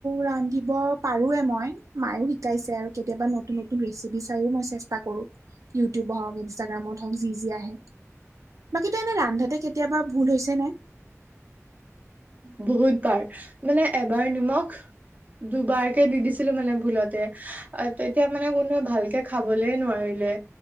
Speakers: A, on the right (about 80°); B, on the right (about 30°).
A: ৰান্ধিব পাৰোৱে মই মায়েএ শিকাইছে, আৰু কেতিয়াবা ন নতুন ৰেচিপি চাইও মই চেষ্টা কৰো, ইউটিউবৰ হওঁক ইনষ্টাগ্ৰামত হওঁক যি যি আহে। বাকী তো এনে ৰান্ধাতে কেতিয়াবা ভুল হৈছে নে?
B: বহুতবাৰ মানে এবাৰ নিমখ দুবাৰকে দি দিছো ছিলো মানে ভুলতে, তেতিয়া মানে কোনোৱে ভালকে খাবলে নোৱাৰিলে।